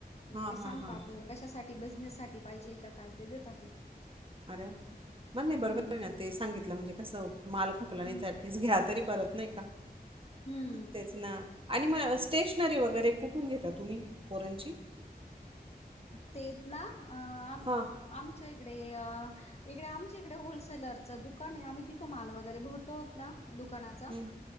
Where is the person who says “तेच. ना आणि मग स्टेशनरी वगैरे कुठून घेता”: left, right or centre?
Right